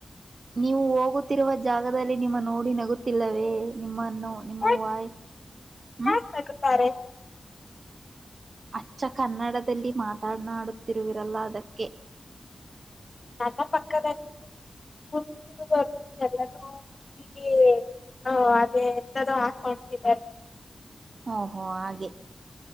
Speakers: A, on the right (about 55°); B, on the left (about 40°).
A: ನೀವು ಹೋಗುತ್ತೀ ತ್ತಿರುವ ಜಾಗದಲ್ಲಿ ನಿಮ್ಮ ನೋಡಿ ನಗುತ್ತಿಲ್ಲವೇ ನಿಮ್ಮನ್ನು ನಿಮ್ಮ
B: ಯಾಕ್
A: ವಾಯ್ ಹ್ಮ್
B: <unintelligible>
A: ಅಚ್ಚ ಕನ್ನಡದಲ್ಲಿ ಮಾತನಾಡುತ್ತಿರುವಿರಲ್ಲಾ ಅದಕ್ಕೆ
B: ನನ್ನ ಪಕ್ಕದಲ್ಲಿ ಕುಂತಿರುವ ಕೆಲವು ಕಿವಿ ಹ್ಮ್ ಅದೇ ಹಾಕ್ ಕಾಣ್ತಿದ್ದಾರೆ.
A: ಓಹೋ ಹಾಗೆ